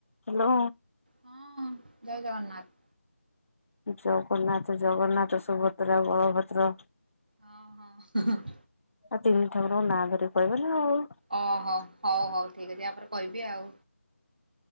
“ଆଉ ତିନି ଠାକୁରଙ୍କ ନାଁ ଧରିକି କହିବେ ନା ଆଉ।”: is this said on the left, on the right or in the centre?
Left